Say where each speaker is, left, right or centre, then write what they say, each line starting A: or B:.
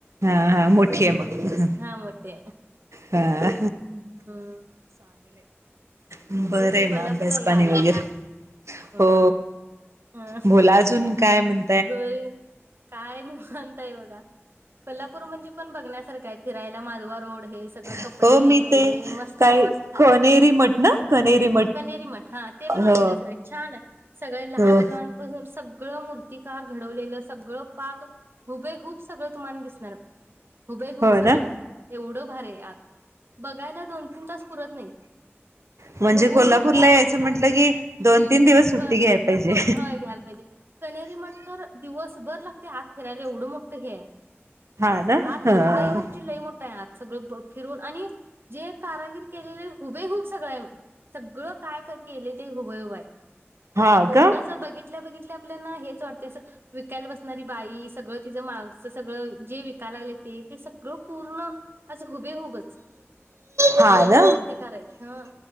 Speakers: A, on the right (about 90°); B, on the right (about 55°).
A: हा हा मोठी आहे मग
B: हा मोठे
A: हा
B: हम्म
A: बर
B: मग तेच की
A: आहे
B: कोल्हापूरला
A: ना असे
B: या
A: पाणी
B: आला
A: वगैरे
B: तर हम्म
A: हो
B: ह
A: बोला अजून काय म्हण
B: गोरी काय निवांत आहे बघा. कोल्हापूर म्हणजे पण बघण्यासारखा आहे, फिरायला माधवा रोड हे सगळं कपडे
A: हो
B: हे
A: मी ते
B: वगैरे मस्त
A: काय
B: हाय.
A: कनेरी मठ ना कनेरी
B: कनेरी मठ हा ते पण
A: हो
B: बघण्यासारखं हाय, छान आहे. सगळे लहान
A: हो
B: मुलांपासून सगळं मूर्तिकार घडवलेलं सगळं पाक हुबे हूप सगळं तुम्हाला दिसणार. हुबे हूब
A: हो
B: सगळं
A: ना
B: एवढं भार आहे आत. बघायला दोन तीन तास पुरत नाहीत.
A: म्हणजे
B: बघून
A: कोल्हापूरला
B: बघून पाय
A: यायचं
B: दुखतात
A: म्हटलं की दोन तीन दिवस सुट्टी
B: होय.
A: घ्यायला पाहिजे.
B: हो होय घ्यायला पाहिजे कनेरी मट तर दिवस बर लागते आत फिरायला एवढं मोठं हे आहे.
A: हा ना
B: आत
A: ह
B: म्हणजे लई मोची लई मोठा आहे. आत सगळं फिरून आणि जे कारागिर केलेले हुबे हुब सगळ आहे. सगळं काय का केले ते हुबेहूब हाय.
A: हा
B: तेवढासा
A: का
B: बघितल्या बघितल्या आपल्याना हे च वाटत अस विकायला बसणारी बाई सगळं तिचं मागस सगळं जे विकायला लागले ते सगळं पूर्ण आज हुबेहुबच.
A: हा
B: एवढं
A: ना
B: मूर्तीकार आहेत. ह